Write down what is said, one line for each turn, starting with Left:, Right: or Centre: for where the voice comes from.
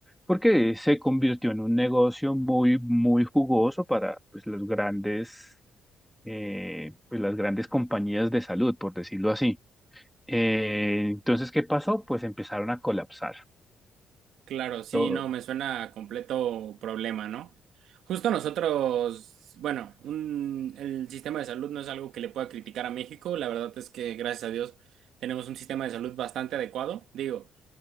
Centre: porque se convirtió en un negocio muy, muy jugoso para pues, los grandes, eh, pues, las grandes compañías de salud, por decirlo así. Eh, entonces, ¿qué pasó? Pues empezaron a colapsar.
Right: claro, sí,
Centre: Todo.
Right: no, me suena a completo problema, ¿no? Justo nosotros, bueno, un- el sistema de salud no es algo que le pueda criticar a México. La verdad es que, gracias a Dios, tenemos un sistema de salud bastante adecuado. Digo,